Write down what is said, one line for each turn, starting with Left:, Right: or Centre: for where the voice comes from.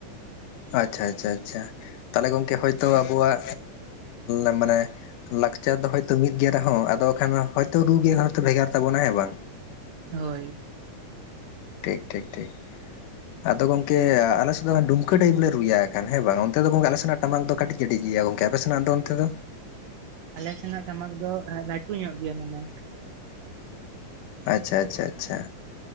Left: ᱟᱪᱪᱷᱟ ᱟᱪᱪᱷᱟ ᱟᱪᱪᱷᱟ ᱛᱟᱦᱞᱮ ᱜᱚᱢᱠᱮ ᱦᱚᱭᱛᱳ ᱟᱵᱚᱣᱟᱜ ᱟᱹᱜ ᱢᱟᱱᱮ, ᱞᱟᱠᱪᱟᱨ ᱫᱚ ᱦᱚᱭᱛᱳ ᱢᱤᱫ ᱜᱮ ᱨᱮᱦᱚᱸ, ᱟᱫᱚ ᱵᱟᱠᱷᱟᱱ ᱦᱚᱭᱛᱚ ᱨᱩᱜ ᱜᱮᱭ ᱵᱷᱮᱜᱟᱨ ᱛᱟᱵᱚᱱᱟ ᱦᱮᱸ ᱵᱟᱝ?
Right: ᱦᱳᱭ
Left: ᱴᱷᱤᱠ ᱴᱷᱤᱠ ᱴᱷᱤᱠ ᱟᱫᱚ ᱜᱚᱝᱠᱮ ᱟᱞᱮ ᱥᱮᱫ ᱫᱚ ᱰᱩᱢᱠᱟᱹ ᱴᱟᱭᱤᱯ ᱞᱮ ᱨᱩᱭᱟ ᱦᱟᱸᱜᱠᱷᱟᱱ ᱦᱮᱸ ᱵᱟᱝ ᱚᱱᱛᱮ ᱫᱚ ᱜᱚᱝᱠᱮ ᱟᱞᱮᱥᱮᱱᱟᱜ ᱴᱟᱢᱟᱠ ᱫᱚ ᱠᱟᱹᱴᱤᱡ, ᱠᱟᱹᱴᱤᱡ ᱜᱮᱭᱟ ᱜᱚᱝᱠᱮ ᱟᱯᱮ ᱥᱮᱱᱟᱜ ᱫᱚ ᱚᱱ ᱛᱮᱫᱚ?
Right: ᱟᱞᱮ ᱥᱮᱱᱟᱜ ᱴᱟᱢᱟᱠ ᱫᱚ ᱞᱟᱹᱴᱩ ᱧᱚᱜ ᱜᱮᱭᱟ ᱢᱟᱱᱮ
Left: ᱟᱪᱪᱷᱟ ᱟᱪᱪᱷᱟ ᱟᱪᱪᱷᱟ